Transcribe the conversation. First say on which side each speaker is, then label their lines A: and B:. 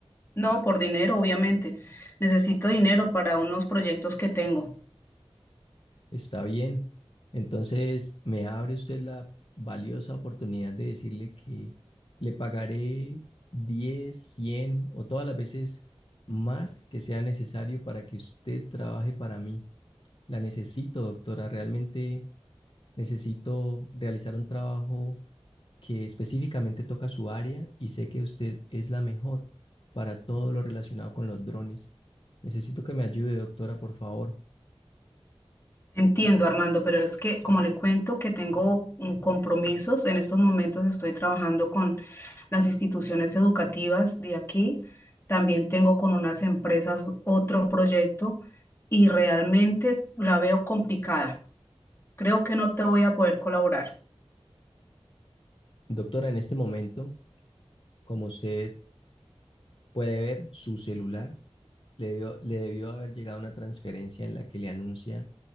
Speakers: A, on the left (about 25°); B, on the left (about 55°).
A: No, por dinero, obviamente. Necesito dinero para unos proyectos que tengo.
B: Está bien. Entonces, me abre usted la valiosa oportunidad de decirle que le pagaré 10 100 o todas las veces más que sea necesario para que usted trabaje para mí. La necesito, doctora. Realmente necesito realizar un trabajo que específicamente toca su área y sé que usted es la mejor para todo lo relacionado con los drones. Necesito que me ayude, doctora, por favor.
A: Entiendo, Armando, pero es que como le cuento que tengo mm, compromisos, en estos momentos estoy trabajando con las instituciones educativas de aquí, también tengo con unas empresas otro proyecto y realmente la veo complicada. Creo que no te voy a poder colaborar. Correcto.
B: Doctora, en este momento, como usted puede ver su celular. Le debió, le debió haber llegado una transferencia en la que le anuncia